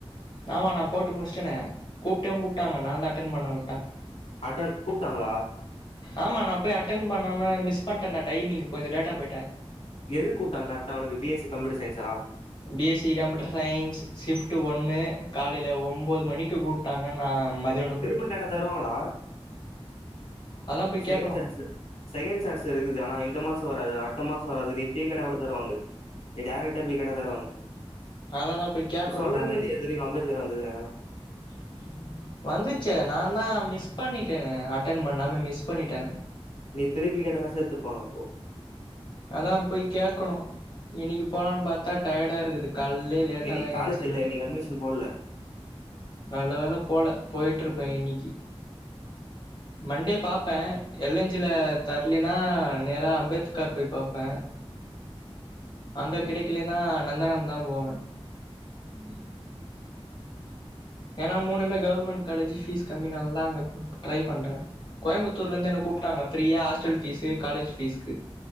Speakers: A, on the left; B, on the left.
A: ஆமா நா போட்டு முடிச்சுட்டேனே கூப்பிட்டே கூப்பிட்டாங்க நா தா அட்டென் பண்ண விட்டே
B: அது கூப்படாங்கல
A: ஆமா நா போய் அட்டென் பண்ணாம மிஸ் பண்ணிட்டே டா டைமிங்க கொஞ்சோ லேட்டா போயிட்டே
B: எதுக்கு கூப்பிட்டான்ங்கா கரக்ட உனக்கு பிஎஸ்ச கம்ப்யூர் சய்ன்ஸா
A: B. SC computer science shift ஒன்னு காலைல ஒம்போது மணிக்கு கூப் போட்டாங்க நா மதயானோ
B: திரும்ப
A: போயிட்டே
B: கேட்டா தருவாங்கடா
A: அதா போய்
B: செகண்ட்
A: கேக்கணு
B: சான்ஸு செகண்ட் சான்ஸுஸ் இருக்குது ஆனா இந்த மாசம் வராது அடுத்த மாசோ வராது நீப்பயே கேட்டா கூட தருவாங்க நீ டேராக்டா போய் கேட்டா தருவாங்க
A: அததா போய் கேக்கணு
B: நீ சொல்லவே
A: நானு
B: இல்லயே தெரியு அம்பேத்கார் வந்ததுனு
A: <unintelligible> வந்துச்சே நான தான் மிஸ் பண்ணிட்டேனே அட்டன் பண்ணாம மிஸ் பண்ணிட்டே
B: நீ திருப்பி கேட்டனாக்க சேத்துப்பாங்க அப்போ
A: அதான் போய் கேட்கணு இன்னைக்கு போலான்னு பாத்தா டயடா இருக்குது கால்லே லேட்டா
B: இன்னைக்கு
A: தா
B: காலேஜ்
A: ஏச்சுன்னு
B: இல்ல இன்னைக்கு அட்மிஷன் போடல
A: நல்ல வேல போல போயிட்டுருப்பே இன்னீக்கி மண்டே பாப்பே எள்ளஞ்சில தர்லீனா நேரா அம்பேத்கர் போய் பாப்பே அங்க
B: ம்
A: கெடிக்கலன்னா நந்தனம் தா போவே <unintelligible> ஏன்னா மூணுமே கவர்மெண்ட் காலேஜ் ஃபீஸ் கம்மினால தா அங்க ட்ரை பண்றே கோயம்புத்தூர்ல இருந்து என்ன கூப்பிட்டாங்க என்ன கூப்ட்டாங்க ஹாஸ்டல் ஃபீஸுஅ காலேஜ் ஃபீஸ்கு